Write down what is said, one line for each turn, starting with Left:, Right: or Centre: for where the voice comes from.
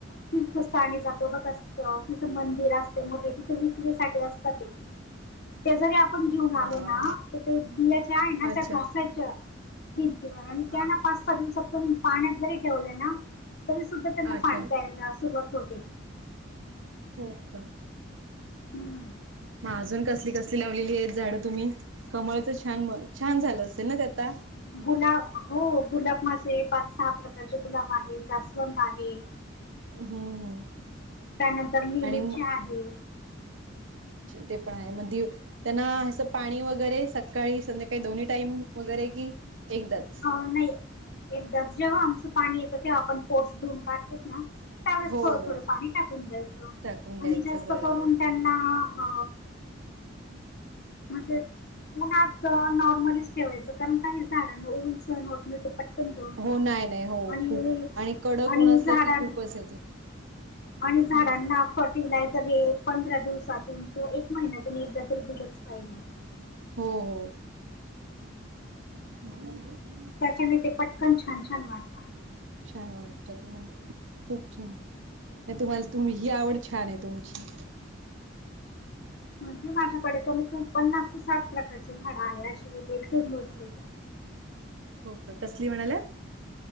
Left: तीर्थस्थानी जातो बघ तिथे मंदिर असते मोठे तिथे विक्रीसाठी असतात ते ते जरी आपण घेऊन
Right: हा
Left: आलो
Right: हा
Left: ना तर ते बियाच्या आहे ना
Right: अच्छा
Left: त्या घासाच्या भिंतीवर आणि
Right: हा
Left: त्यांना पाच सहा दिवसात पण पाण्यात जरी ठेवलंय ना तुमी सुद्धा त्यांना
Right: अच्छा
Left: पानी द्यायला सुरुवात होते
Right: का
Left: हम्म
Right: मग अजून कसली कस लावलेली आहेत झाडं तुम्ही कमळच छान छान झालं असेल ना त्याता
Left: गुलाब हो गुलाब माझे पाच सहा प्रकारचे गुलाब आहे जास्वंत आहे
Right: हम्म हम्म
Left: त्यानंतर ललीच्या
Right: आणि म
Left: आहे
Right: ते पण आहे मध्ये त्यांना असं पाणी वगैरे सकाळी संध्याकाळी दोन्ही टाईम वगैरे की एकदाच
Left: अ नाही एकदाच जेव्हा आमचं पाणी येतं तेव्हा आपण पोस धुऊन काढतोस ना त्यावेळेस
Right: हो
Left: थोडं
Right: हो
Left: थोडं पाणी टाकून द्यायचं
Right: टाकून द्यायचं
Left: आणि जास्त
Right: बरोबर
Left: करून त्यांना अ म्हणजे उन्हाात नॉर्मलीच ठेवायचं कारण काही झाड उऊून सहण होत नाही पटकन जून
Right: हो
Left: जात
Right: नाही नाही हो
Left: आणि
Right: खूप कडक
Left: आणि
Right: ऊन असलं
Left: झाडां
Right: की खूपच हे होते
Left: आणि झाडांना
Right: हम्म.
Left: फर्टिलायझर हे पंधरा दिवसातून किंवा एक महिन्यातून एकदा तरी दिलंच पाहिजे
Right: हो हो ह्म्म
Left: त्याच्याने ते पटकन छान छान वाढता
Right: छान वाटतात नाही खूप छान नाही तुम्हाला तुम्ही ही आवड छान आहे तुमची
Left: म्हणजे माझ्याकडे कमीत कमी पन्नास ते साठ प्रकारचे झाड आहे अशे एक एक मोजलेले
Right: हो का कसली म्हणाल्यात